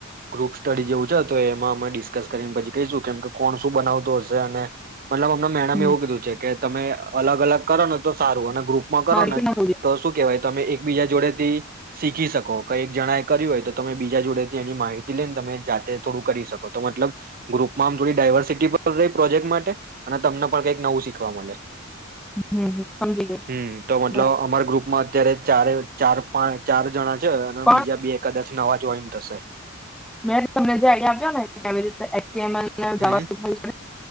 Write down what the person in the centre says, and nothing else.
થાય
હા રિપીટ
ના થવું જોઈએ
હમ હમ સમજી ગઈ
બરાબર
પણ
મેં તમને જે આઈડિયા આપ્યો ને કેવી રીતે એક્સ <inaudible>